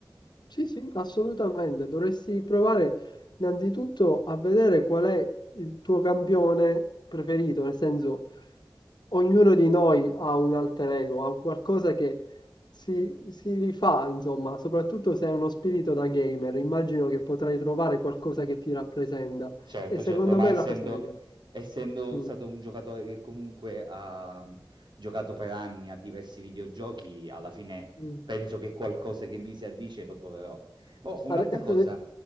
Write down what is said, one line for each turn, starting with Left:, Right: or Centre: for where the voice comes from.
Left: Sì, sì, assolutamente. Dovresti provare innanzitutto a vedere qual è il tuo campione preferito, nel senso ognuno di noi ha un alter ego, ha un qualcosa che si, si rifà, insomma, soprattutto se hai uno spirito da gamer, immagino che potrai trovare qualcosa che ti rappresenta
Right: Certo,
Left: e secondo
Right: certo, ma
Left: me
Right: essendo,
Left: è la cosa migliore.
Right: essendo
Left: Mm,
Right: stato un giocatore che comunque ha mm, giocato per anni a diversi videogiochi, alla fine
Left: mm.
Right: penso che qualcosa che mi si addice lo troverò. Oh, un'altra
Left: Ade- <laughs>
Right: cosa,